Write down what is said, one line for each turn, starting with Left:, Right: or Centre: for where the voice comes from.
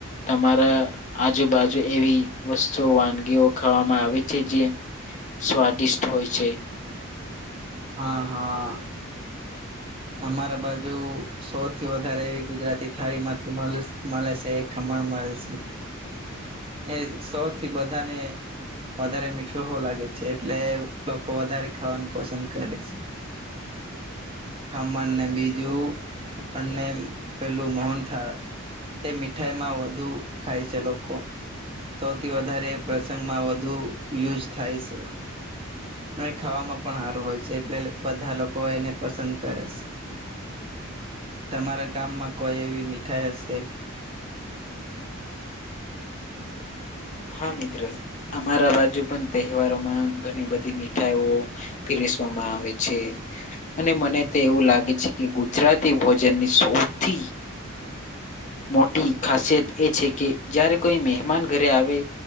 Left: તમારા આજુબાજુ એવી વસ્તુઓ વાનગીઓ ખાવામાં આવે છે, જે સ્વાદિષ્ટ હોય છે.
Right: હા હા. અમારા બાજુ સૌથી વધારે એવી ગુજરાતી થાળી માંથી મળે છે, ખમણ મળ છે, એ સૌથી બધાને વધારે મીઠો હોવ લાગે છે, એટલે લોકો વધારે ખાવાનું પસંદ કરે છે. <inaudible> ખમણને બીજુંને પેલું <unintelligible> થાય એ મીઠાઈ માં વધુ ખાય છે, લોકો સૌથી વધારે પ્રસંગમાં વધુ યુઝ થાય છે, અને ખાવામાં પણ સારું હોય છે, એટલે બધા લોકો એને પસંદ કરે છે. તમારા ગામમાં કોઈ એવી મીઠાઈ હશે <inaudible>
Left: હા મિત્રો અમારા બાજુ પણ તહેવારોમાં ઘણી બધી મીઠાઈઓ પીરેસવા વામે છે, અને મને તો એવું લાગે છે, કે ગુજરાતી ભોજનની સૌથી મોટી ખાસિયત એ છે, કે જારે કોઈ મહેમાન ઘરે આવે